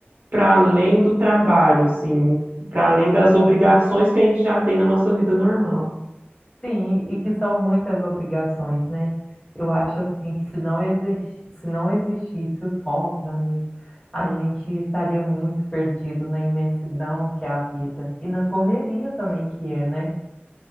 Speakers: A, on the right; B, on the left.
A: para além do trabalho, assim, para além das obrigações que a gente já tem na nossa vida normal.
B: Sim, e que são muitas obrigações, né? Eu acho assim que se não exer- se não existisse os hobbies, amigo, a gente estaria muito perdido na imensidão que é a vida e na correria também que é, né?